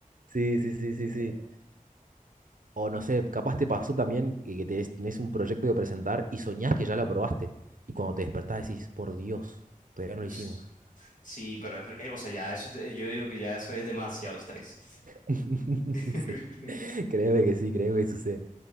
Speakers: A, on the right; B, on the left.
A: Sí, sí, sí, sí, sí. O no sé, capaz te pasó también eh, que tenés, tenés un proyecto que presentar y soñás que ya lo aprobaste. Y cuando te despertás decís, por Dios, todavía no
B: Us,
A: lo hicimos.
B: sí, pero, eh, o sea, ya eso, es yo digo que ya eso es demasiado estrés.
A: <laughs>
B: <laughs>
A: Sí. Créeme que sí, créeme que sucede.